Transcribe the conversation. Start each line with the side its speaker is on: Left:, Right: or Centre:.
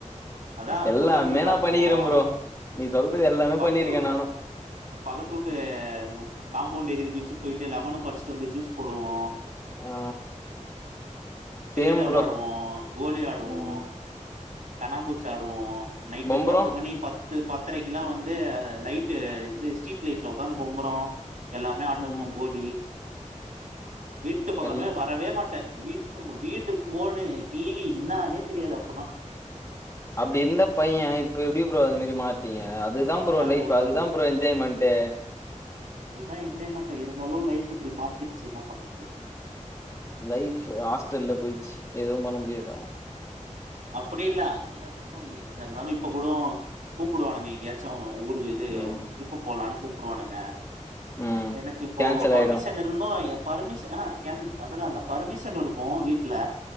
Right: அதான்
Left: எல்லாமே
Right: கூட்டாஞ்சோறு
Left: நா
Right: ஆக்குவோம்.
Left: பண்ணிக்கிறே ப்ரோ நீ சொல்றது எல்லாமே
Right: பக்கத்து
Left: பண்ணிருக்கே
Right: வீட்டு
Left: நானு
Right: பக்கத்து வூட்டு காம்பவுண்ட் எகிரி குதிச்சு போயிட்டு லெமன பறிச்சுட்டு வந்து ஜூஸ் போடுவோ
Left: ஆ
Right: கிரிக்கெட்
Left: சேம்
Right: வெளையாடுவோ
Left: ப்ரோ
Right: கோலி ஆடுவோ
Left: ம்
Right: கண்ணாம்புச்சு ஆடுவோ நைட்டு
Left: பம்பரோ
Right: பத்து மணி பத்து ப த்தரைக்கில்லா வந்து லைட்டு வந்து ஸ்ட்ரீட் லைட்ல ஒக்காந்து பொம்பறோ எல்லாமே ஆட்ணு இருப்போ
Left: ம்
Right: போடி வீட்டு பக்கமே
Left: எல்லா
Right: வரவே மாட்டே வீட்டு வீட்டு ஃபோனு டிவி இன்னானே தெரியாது அப்பனா
Left: அப்டி இருந்த பைய இப்ப எப்டி ப்ரோ அது மாரி மா டிங்க அதுதா ப்ரோ
Right: அது
Left: லைஃப்
Right: ஒரு
Left: அதுதா ப்ரோ என்ஜாய்மெண்ட்டு
Right: அதுதா என்ஜாய்மெண்டு இருந்தாலு லைஃப் இப்டி மாத்திருச்சு என்னா பண்றது
Left: லைஃப்பு ஹாஸ்டல்ல போயிச்சு எதுவு பண்ண முடியாதா
Right: அப்பிடி இல்ல <inaudible> இங்க இருந்தாலு இப்ப கூடோ கூப்பிடுவானுங்க எங்கேயாச்சு ஊரு து
Left: ம்
Right: டிரிப்பு போலானு கூப்பிடுவானுங்க
Left: ம்
Right: எனக்கு இப்போ
Left: கேன்சல்
Right: பர்மிஷன்
Left: ஆயிடு
Right: இருந்து எ பர்மீஷ ஆ கென் அதலா இல்ல பர்மிஷன் இருக்கு வீட்ல